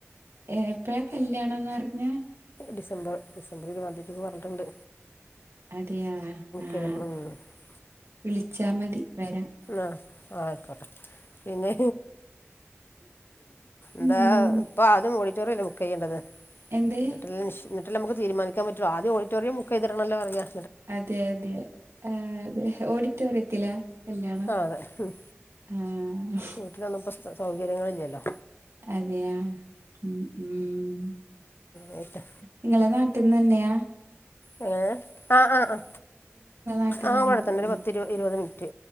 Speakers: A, on the right; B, on the left.
A: എ എപ്പഴാ കല്യാണംന്ന് പറഞ്ഞേ
B: ഡിസംബർ ഡിസംബറ് ഇരുപതാംന്തിക്ക്ന്ന് പറഞ്ഞിട്ട്ണ്ട്
A: അതെയാ ആഹ
B: ചെയ്തിട്ടുണ്ട് ഉം
A: വിളിച്ചാ മതി വരാം
B: ആ ആ ആയിക്കോട്ടെ പിന്നെ ന്താ
A: ഉം
B: പ്പാത് മൂളി ചെറിയല്ലേ ബുക്ക് ചെയ്യണ്ടത്
A: എന്ത്
B: ന്നട്ട്ല്ലേ ശ് ന്ന് ന്നിട്ടല്ലേ നമക്ക് തീരുമാനിക്കാൻ പറ്റോ ആദ്യ ഓഡിറ്റോറിയം ബുക്കെയ്ത്ട ണല്ലോ പറയ
A: അതെ അതെ ആ അതെ ഓഡിറ്റോറിയത്തിലാ കല്യാണം
B: ആഹ് അതെ ഉം
A: അ ആഹ
B: വീട്ടിലൊന്നും ഇപ്പോ സൗകര്യങ്ങളില്ലല്ലോ
A: അതെയാ ഉം ഉം
B: ആയിട്ട്
A: നിങ്ങളെ നാട്ട്ന്നന്ന്യാ
B: എങ്ങനെ ആ ആ ആ
A: നാട്ടിൽ
B: ആ അവിടെ തന്നെ ഒരു
A: ഉം
B: പത്തി ഇരുപത് മിനിറ്റ്